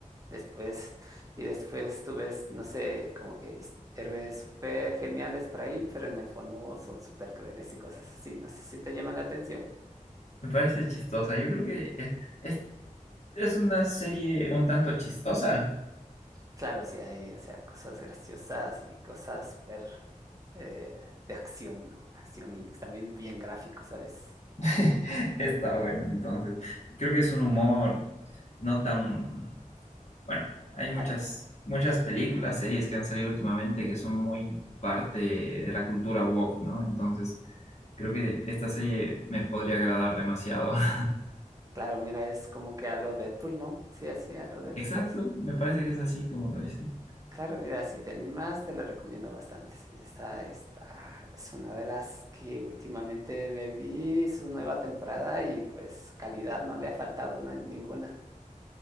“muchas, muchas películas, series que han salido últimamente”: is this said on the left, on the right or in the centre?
Left